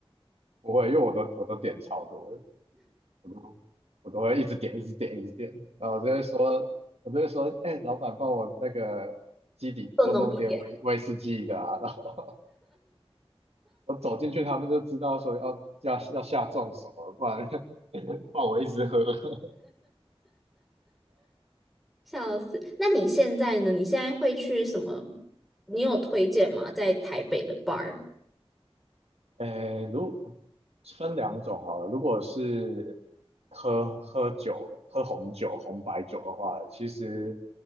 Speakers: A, on the right (about 80°); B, in the centre.
A: 不会，因为我都我都点超多的，我都我都会一直点，一直点，一直点。然后我就会说，我就会说，哎、老板帮我那个基底多弄一点威威士忌的啊。
B: 更浓一点，
A: 然后 <laughs> 我走进去，他们就知道说要要要下重手了，不然 <laughs> 不然我一直喝。<laughs>
B: 笑死。那你现在呢？你现在会去什么？你有推荐吗？在台北的 bar？
A: 诶，如分两种哈，如果是喝喝酒的，喝红酒、红白酒的话，其实